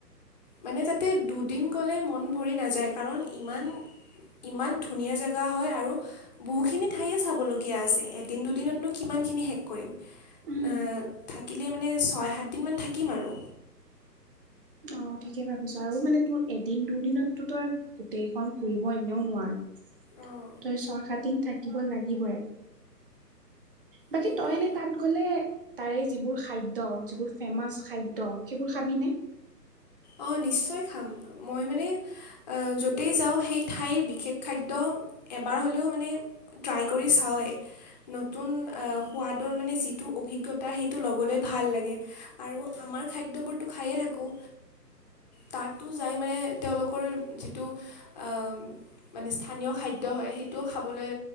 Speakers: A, on the left; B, on the right.
A: মানে তাতে দুদিন গ'লে মন ভৰি নাযায়। কাৰণ ইমান ইমান ধুনীয়া জেগা হয় আৰু বহুখিনি ঠাইয়ে চাবলগীয়া দিয়া আছে। এদিন দুদিনতনো কিমান খিনি শেষ কৰিম।
B: উম,
A: এ থাকিলে মানে ছয়-সাত দিনমান থাকিম আৰু।
B: অ ঠিকে ভাবিছ আৰু মানে তোৰ এদিন দুদিনততো তই গোটেইখন ফুৰিব এনেও নোৱাৰ।
A: অঁ।
B: তই ছয়-সাত দিন থাকিব লাগিবই। বাকী
A: সেইটোৱে
B: তই এনে তাত গ'লে তাৰে যিবোৰ খাদ্য, যিবোৰ ফেমাচ খাদ্য, সেইবোৰ খাবিনে?
A: অঁ নিশ্চয় খাম। মই মানে যটেই যাওঁ সেই ঠাইৰ বিশেষ খাদ্য এবাৰ হ'লেও মানে ট্ৰাই কৰি চাওঁৱেই। নতুন আহ সোৱাদৰ মানে যিটো অভিজ্ঞ তাৰ সেইটো ল'বলৈ ভাল লাগে আৰু আমাৰ খাদ্যবোৰতো খায়ে থাকোঁ। তাতো যাই মানে তেওঁলোকৰ যিটো অঁ মানে স্থানীয় খাদ্য হয়, সেইটোও খাবলৈ